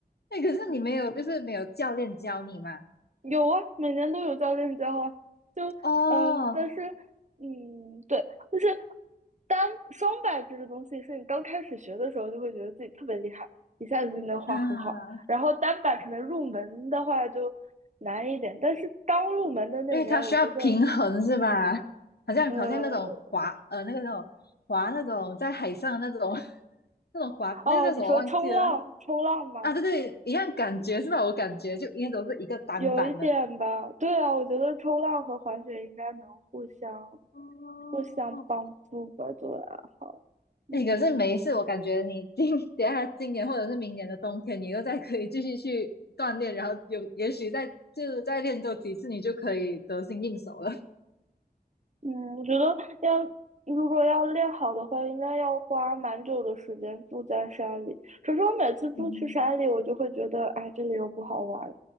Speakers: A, on the left; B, on the right.
A: 哎，可是你没有，
B: 嗯。
A: 就是没有教练教你嘛？
B: 有啊，每年都有教练教啊，就嗯，
A: 哦，
B: 但是嗯，对，就是单双板这个东西，是你刚开始学的时候就会觉得自己特别厉害，一下子就能画很好。
A: 啊，
B: 然后单板可能入门的话就难一点，但是刚入门的那年，
A: 因为它需要平衡是吧？
B: 我觉得
A: 好像好像那种滑呃那个那种滑那种在海上的那种
B: 呃，
A: <laughs> 那种滑那个叫什么忘记了
B: 哦，你说冲浪，冲浪吗？
A: 啊？对对，一样感觉是吧？我感觉就应该都是一个单板的。
B: 有一点吧，对啊，我觉得冲浪和滑雪应该能互相
A: 哦，
B: 互相帮助吧，作为爱好，嗯。
A: 哎，可是每一次我感觉你今 <laughs> 等下今年或者是明年的冬天，你又再可以继续去锻炼，然后有也许再就是再练多几次，你就可以得心应手了。
B: 嗯，我觉得要如果要练好的话，应该要花蛮久的时间住在山里。可是我每次住去山里，
A: 嗯，
B: 我就会觉得，哎，这里又不好玩，